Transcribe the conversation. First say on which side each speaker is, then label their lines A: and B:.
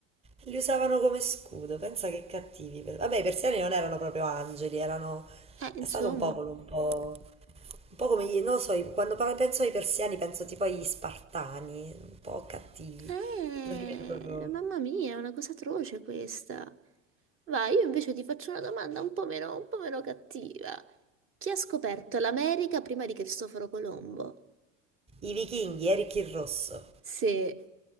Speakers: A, on the right; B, on the right.
A: Li usavano come scudo, pensa che cattivi. per- Vabbè, i persiani non erano proprio angeli, erano...
B: Eh, insomma.
A: È stato un popolo un po'... Un po' come gli... Non lo so, i- quando par- penso ai persiani penso tipo agli spartani, un po' cattivi.
B: Eh,
A: Non li vedo proprio...
B: mamma mia, è una cosa atroce questa. Vai, io invece ti faccio una domanda un po' meno, un po' meno cattiva. Chi ha scoperto l'America prima di Cristoforo Colombo?
A: I vichinghi, Eric il Rosso.
B: Se